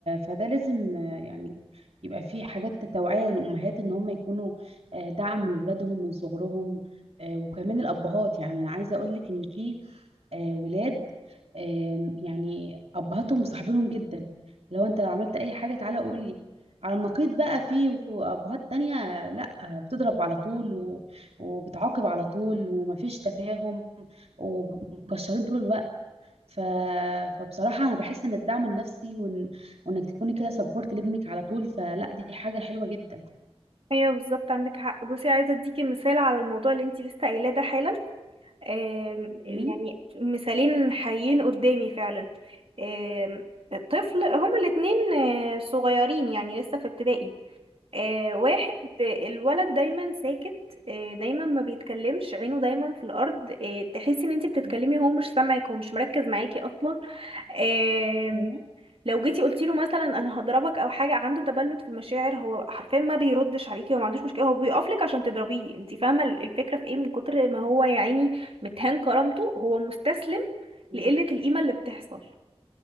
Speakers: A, on the right (about 75°); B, on the right (about 65°).
A: فده لازم آه، يعني يبقى فيه حاجات توعية للأمهات إن هم يكونوا آه، دعم لولادهم من صغرهم آه، وكمان الأبهات يعني أنا عايزة أقولك إن في آه، ولاد آم، يعني أبهاتهم مصاحبينهم جدا لو أنت لو عملت أي حاجة تعالى قول لي على النقيض بقى في أبهات تانية لأ بتضرب على طول و- وبتعاقب على طول ومفيش تفاهم ومكشرين طول الوقت ف... فبصراحة أنا بحس إن الدعم النفسي وإن... وإنك تكوني كده سبورت لابنك على طول فلا دي حاجة حلوة جدا
B: ايوه بالظبط عندك حق بصي عايزه اديكي مثال على الموضوع اللي انتي لسه قايلاه ده حالا آم، يعني
A: مم.
B: مثالين حقيقيين قدامي فعلا آم، طفل هما الاتنين آه، صغيرين يعني لسه في ابتدائي آه واحد آه، الولد دايما ساكت آه دايما ما بيتكلمش عينه دايما في الارض آه تحسي ان انت بتتكلمي
A: مم.
B: هو مش سامعك هو مش مركز معاكي اصلا آه
A: ايوه
B: لو جيتي قلتي له مثلا انا هضربك او حاجه عنده تبلد في المشاعر هو حرفيا ما بيردش عليكي هو ما عندوش مشكله هو بيقف لك عشان تضربيه انت فاهمه ال- الفكره في ايه من كتر ما هو يا عيني متهان كرامته هو مستسلم
A: ايوه
B: لقله القيمه اللي بتحصل